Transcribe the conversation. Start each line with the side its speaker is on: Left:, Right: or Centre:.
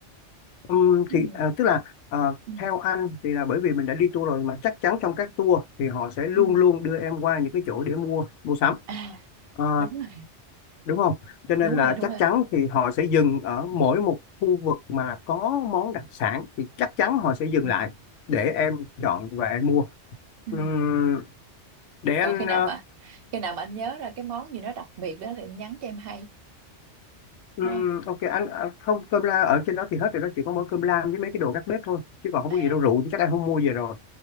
Left: ừm,
Right: ừ,
Left: thì ờ, tức là ờ,
Right: ừ,
Left: theo anh thì là bởi vì mình đã đi tour rồi mà chắc chắn trong các tour thì họ sẽ luôn
Right: ừ.
Left: luôn đưa em qua những cái chỗ để mua mua sắm
Right: à
Left: Ờ,
Right: đúng rồi
Left: đúng không cho nên
Right: đúng rồi
Left: là
Right: đúng
Left: chắc
Right: rồi
Left: chắn thì họ sẽ dừng ở mỗi một khu vực mà có món đặc sản thì chắc chắn họ sẽ dừng
Right: ừ,
Left: lại để em chọn và em mua
Right: ừ.
Left: Ừm, để anh
Right: còn khi nào
Left: ờ,
Right: mà khi nào mà anh nhớ ra cái món gì đó đặc biệt đó thì anh nhắn cho em hay
Left: Ừm,
Right: đúng không
Left: ok anh à, không cơm la ở trên đó thì hết rồi đó chỉ có mỗi cơm lam với mấy cái đồ gác bếp thôi chứ còn không
Right: à
Left: có gì đâu rượu thì chắc em không mua về rồi